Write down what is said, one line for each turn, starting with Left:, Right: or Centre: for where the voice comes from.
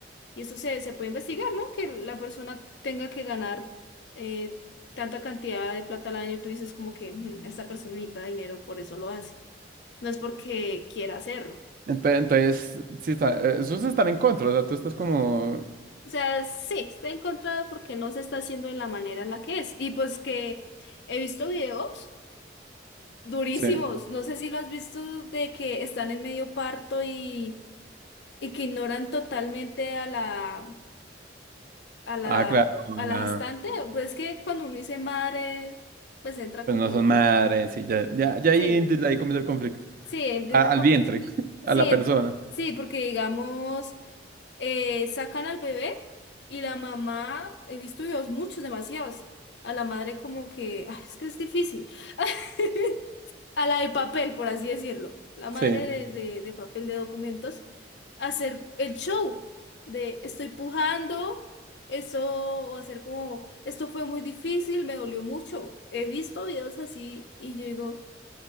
Left: Y eso se, se puede investigar, ¿no? Que la persona tenga que ganar eh, tanta cantidad de plata al año y tú dices como que "Mm, esta persona necesita dinero, por eso lo hace. No es porque quiera hacerlo.
Right: Ente- Entonces, sí está, eh, esos están en contra, o sea, tú estás como,
Left: O sea, sí, está en contra porque no se está haciendo de la manera en la que es. Y pues que he visto videos durísimos,
Right: sí,
Left: no sé si lo has visto, de que están en medio parto y, y que ignoran totalmente a la, a la,
Right: ah, claro,
Left: a la
Right: la-
Left: gestante, pues es que cuando uno dice madre, pues entra
Right: pues
Left: como
Right: no
Left: en
Right: son
Left: un...
Right: madres, y ya, ya, ya ahí,
Left: Sí,
Right: desde ahí comienza el conflicto,
Left: sí, empieza
Right: A-
Left: el
Right: al
Left: conflicto.
Right: vientre, <laughs>
Left: Sí,
Right: a la persona,
Left: sí, porque digamos, eh, sacan al bebé y la mamá, he visto videos muchos, demasiados, a la madre como que, "Ah, es que es difícil. <laughs> a la de papel, por así decirlo, la madre
Right: sí,
Left: de, de, de papel de documentos, hacer el show de estoy pujando, eso, o hacer como, esto fue muy difícil, me dolió mucho. He visto videos así y yo digo,